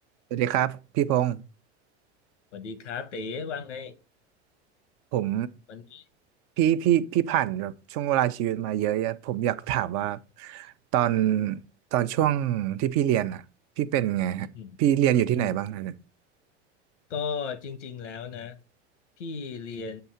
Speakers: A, on the right; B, on the left.
A: สวัสดีครับพี่พงศ์
B: สวัสดีครับเต๋ว่าไง
A: ผม
B: วันนี้
A: พี่พี่พี่ผ่านแบบช่วงเวลาชีวิตมาเยอะแยะผมอยากถามว่าตอนตอนช่วงที่พี่เรียนอ่ะพี่เป็นไงฮะพี่เรียนอยู่ที่ไหนบ้างฮะเนี่ย
B: อืมอืมก็จริงๆแล้วนะพี่เรียน